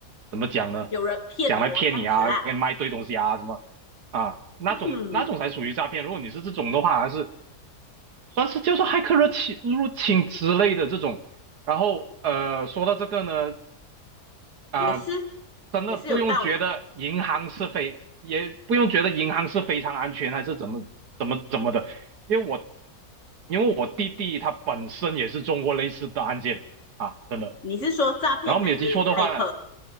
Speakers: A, on the right; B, on the left.
A: 怎么讲呢？
B: 有人骗我这样子啦。
A: 讲来骗你啊，给你卖一堆东西啊，什么啊，那种那种才属于诈骗。
B: 嗯，
A: 如果你是这种的话，还是算是叫做骇客入侵入侵之类的这种。然后呃，说到这个呢，啊、
B: 也是
A: 真的不用觉得银行是非，
B: 也是有道理。
A: 也不用觉得银行是非常安全还是怎么怎么怎么的，因为我因为我弟弟他本身也是中过类似的案件啊，真的。
B: 你是说诈骗还是骇客？
A: 然后没有记错的话，